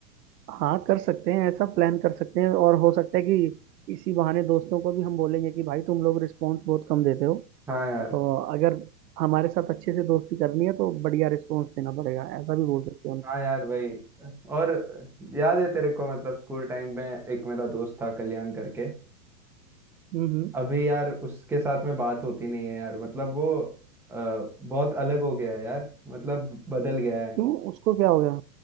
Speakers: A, on the right (about 80°); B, in the centre.
A: हाँ कर सकते हैं ऐसा प्लान कर सकते हैं और हो सकता है कि इसी बहाने दोस्तों को भी हम बोलेंगे कि भाई तुम लोग रिस्पॉन्स बहुत कम देते हो
B: हाँ यार
A: तो अगर हमारे साथ अच्छे से दोस्ती करनी है तो बढ़िया रिस्पॉन्स देना पड़ेगा ऐसा भी बोल सकते हैं उनको।
B: हाँ यार वही और याद है तेरे को मतलब स्कूल टाइम में एक मेरा दोस्त था कल्याण करके
A: हम्म हम्म
B: अभी यार उसके साथ में बात होती नहीं है यार मतलब वो अ, बहुत अलग हो गया है यार मतलब बदल गया है
A: क्यों उसको क्या हो गया